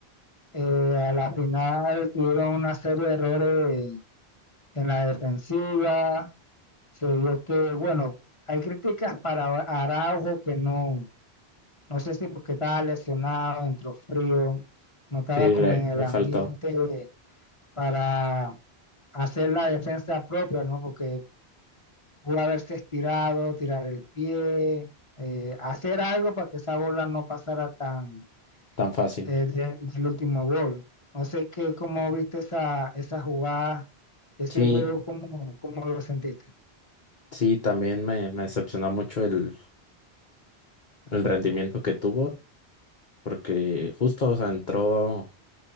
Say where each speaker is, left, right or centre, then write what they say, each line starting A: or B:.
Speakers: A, on the left; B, on the left.
A: Eh, a la final tuvieron una serie de errores en la defensiva. Se vio que, bueno, hay críticas para Araujo que no, no sé si porque estaba lesionado, entró frío, no estaba
B: Sí,
A: como
B: le,
A: en el
B: le
A: ambiente
B: faltó
A: para hacer la defensa propia, ¿no? Porque pudo haberse estirado, tirar el pie, eh, hacer algo para que esa bola no pasara tan
B: tan fácil.
A: eh, de- del último gol. No sé qué, cómo viste esa, esa jugada, ese
B: Sí,
A: juego, cómo, cómo lo sentiste.
B: sí, también me, me decepcionó mucho el, el rendimiento que tuvo, porque justo, o sea, entró